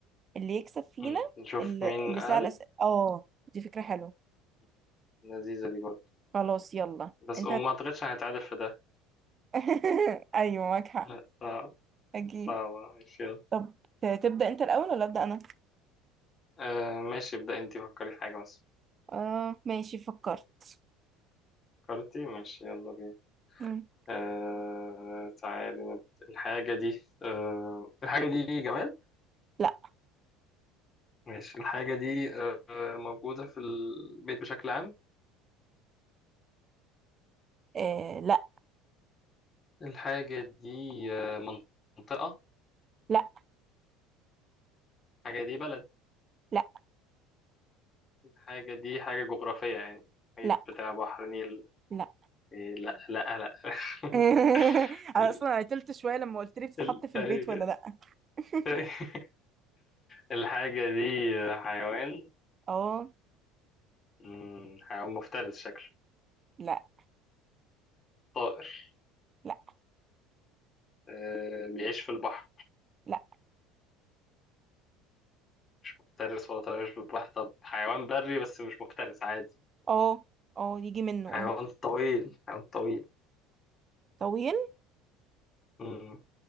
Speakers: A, on the right; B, on the left.
A: اللي يكسب فينا
B: مم. نشوف
A: اللي,
B: مين
A: اللي
B: قال
A: سأل اسئلة اه دي فكرة حلوة
B: مم. لذيذة دي برضه
A: خلاص يلا
B: بس
A: انت
B: وما
A: هت...
B: أعتقدش هنتعادل في ده
A: <laughs> ايوه معاك حق
B: لا صعب
A: اكيد
B: صعب <laughs> ماشي يلا
A: طب ت- تبدأ انت الاول ولا أبدأ انا
B: آه، ماشي ابدأ انتي فكري في حاجة بس
A: اه ماشي فكرت
B: فكرتي ماشي يلا بينا
A: مم.
B: آه تعالي نب- الحاجة دي آه الحاجة دي جماد
A: لا
B: ماشي الحاجة دي آه موجودة في البيت بشكل عام
A: آه لا
B: الحاجة دي آه منطقة
A: لا
B: الحاجة دي بلد
A: لا
B: الحاجة دي حاجة جغرافية يعني محيط
A: لا
B: بتاع بحر نيل
A: لا
B: إيه لا لا لا <laughs>
A: <laughs> انا
B: ال
A: اصلا عطلت شويه لما قلت لي بتتحط
B: ال
A: في
B: أيوة.
A: البيت ولا لا <laughs>
B: <laughs> الحاجة دي حيوان
A: اه
B: مم، حيوان مفترس شكله
A: لا
B: طائر
A: لا
B: آه بيعيش في البحر
A: لا
B: مش مفترس ولا طائر بتباح طب حيوان بري بس مش مفترس عادي
A: اه اه يجي منه
B: حيوان
A: اه
B: طويل حيوان طويل
A: طويل
B: مم.